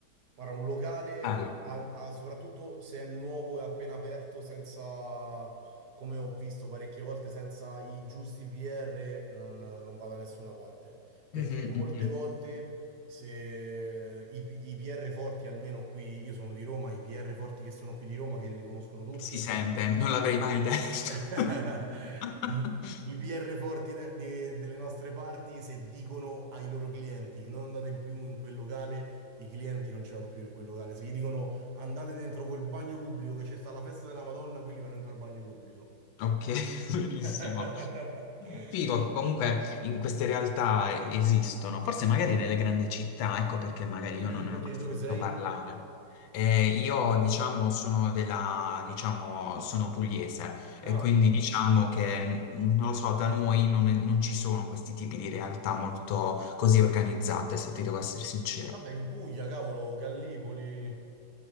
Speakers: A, on the right; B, on the left.
A: Guarda, un locale,
B: Bello.
A: al- al- soprattutto se è nuovo e appena aperto, senza, come ho visto parecchie volte, senza i giusti PR, non, non va da nessuna parte. Perché
B: Mhm,
A: molte
B: mhm.
A: volte, se i, P- i PR forti, almeno qui, io sono di Roma, i PR forti che sono qui di Roma, che li conoscono tutti,
B: Si sente, non l'avrei mai detto.
A: <laughs>
B: <laughs>
A: I, i PR forti de- de- delle nostre parti, se dicono ai loro clienti non andate in più in quel locale, i clienti non ci vanno più in quel locale. Se gli dicono andate dentro quel bagno pubblico che c'è sta la festa della Madonna, quelli vanno dentro al bagno pubblico.
B: Ok, <laughs> benissimo.
A: <laughs>
B: Figo, che comunque in queste realtà e- esistono, forse magari nelle grandi città, ecco perché magari
A: Tu
B: io
A: eh,
B: non ne
A: Perché
B: ho mai
A: di
B: sentito
A: dove sei?
B: parlare. Eh, io, diciamo, sono della, diciamo, sono pugliese
A: No.
B: e quindi diciamo che, mm, non lo so, da noi non, non ci sono questi tipi di realtà molto così organizzate, se ti devo essere sincero.
A: Vabbè, in Puglia, cavolo, Gallipoli.